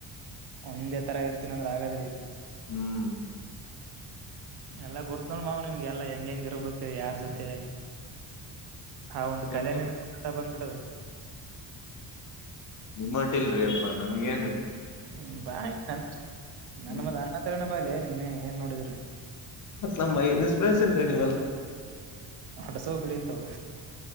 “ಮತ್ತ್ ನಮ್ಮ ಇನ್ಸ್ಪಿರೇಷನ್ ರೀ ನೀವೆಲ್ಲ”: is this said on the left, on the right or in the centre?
Left